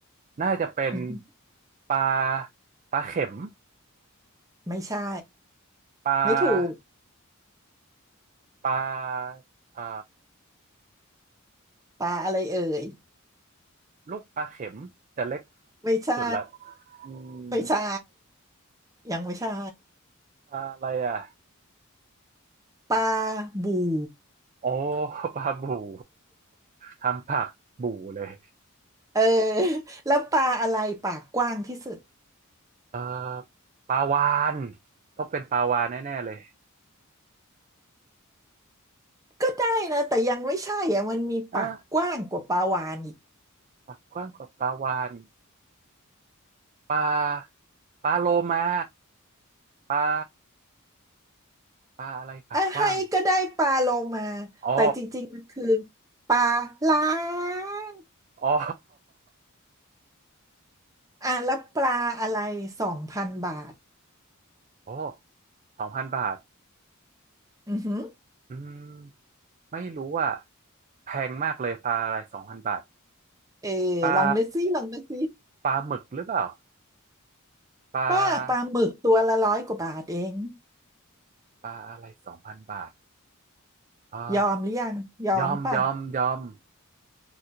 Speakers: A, on the right; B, on the right.
A: น่าจะเป็น
B: อืม
A: ปลาปลาเข็ม
B: ไม่ใช่
A: ปล
B: ไม่ถูก
A: าปลาเอ่อ
B: ปลาอะไรเอ่ย
A: ลูกปลาเข็มจะเล็ก
B: ไม่ใช่
A: สุดละอืม
B: ไม่ใช่ยังไม่ใช่
A: อะไรอ่ะ
B: ปลาบู่
A: โอ้ปลาบู่ <laughs> ทำผักบู่เลย
B: เออ <laughs> แล้วปลาอะไรปากกว้างที่สุด
A: เอ่อปลาวาฬต้องเป็นปลาวาฬแน่ๆเลย
B: ก็ได้นะแต่ยังไม่ใช่อ่ะมันมีปากกว้างกว่าปลาวาฬอีก
A: อ่ะปากกว้างกว่าปลาวาฬปลาปลาโลมาปลาปลาอะไรปากกว้าง
B: อ่ะให้ก็ได้ปลาโลมา
A: อ๋อ
B: แต่จริงๆมันคือปลาล้าง
A: อ๋อ
B: อ่ะแล้วปลาอะไรสองพันบาท
A: <laughs> โอ้สองพันบาท
B: อือหือ
A: อืมไม่รู้อ่ะแพงมากเลยปลาอะไรสองพันบาท
B: เออลองนึกซิลองนึกซิ
A: ปลาปลาหมึกหรือเปล่าปล
B: ป้าปลาหมึกตัวละร้อยกว่าบาทเอง
A: า ปลาอะไรสองพันบาทอ่า
B: ยอมหรือยังยอมป่ะ
A: ยอม ยอม ยอม